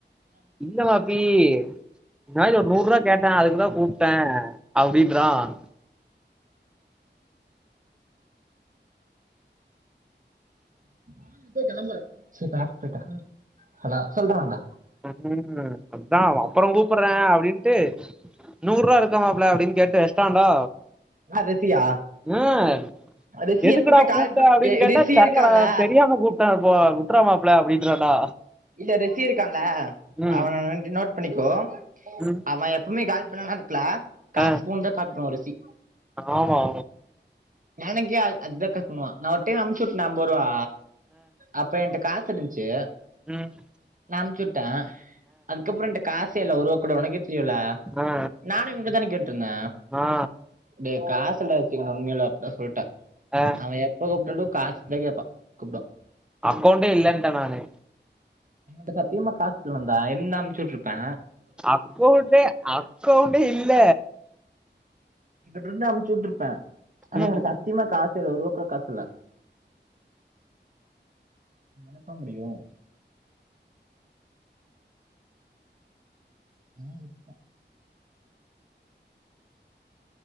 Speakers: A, in the centre; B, on the right (about 45°).
A: இல்ல மாப்பி இது மாரி ஒரு நூறுவா கேட்டே அதுகுதா கூப்ட்டே அப்டின் <unintelligible>
B: <unintelligible> ஹலோ சொல்றாங்க
A: ம் அதா அப்பறோ கூப்டுறே அப்டின்ட்டு நூறுவா இருக்குமா ல அப்டினு கேட்டு வேஷ்டான்டா
B: ஆ ரிஷியா
A: ஹ்
B: ரிஷி
A: எதுகுடா
B: எப்பவுமே கால்
A: கூப்ட்ட
B: பண்
A: அப்டினு
B: எ
A: கேட்டா
B: ரிஷி
A: தெர்லடா
B: இருக்கான்ல
A: தெரியாம கூப்ட்ட அப்போ <unintelligible> விட்றமாப்ள அப்டின்றான்டா
B: இல்ல ரிஷி இருகான்ல
A: ம்
B: அவன ரென்ட் நோட் பண்ணிகோ
A: ம்
B: அவன் எப்போமே கால் பண்ணனா க்ளா காசு
A: ஆ
B: போன் தா கால் பண்ணுவ ரிஷி
A: ஆமா
B: எனக்கே அது அது கால் பண்ணுவ நா ஒரு டைம் அம்ச்சுட்டான்டா அம்பருவா அப்ப என்ட காசு <unintelligible>
A: உம்
B: நா அம்சுட் டா அதுகப்ற என்ட காசேல்ல ஒருவ கூட உனக்கேத் தெரியுலா
A: ஆ
B: நானே உங்கிட்ட தானே கேட்டுருந்த
A: ஆ ஆ
B: டேய் காசு <unintelligible> அதா சொல்ட
A: ஆ
B: அவ எப்ப கூப்டாலு காசுதா கேப்பா கூப்டுவா
A: அக்கவுண்டே இல்லன்ட நானு
B: என்னுட்ட சத்தியமா காசில்ல நந்தா இருந்தா அம்ச்சுட்டுருப்ப
A: அக்கவுண்ட் அக்கவுனண்டே இல்ல
B: <unintelligible> இருந்தா அமுச்சுவிட்டுருப்ப ஆனா
A: ம்
B: என்கிட்ட சத்தியமா காசு <unintelligible> ஒருவா கூட காசு இல்ல என்னப்பா முடியு அதா விட்டுட்டா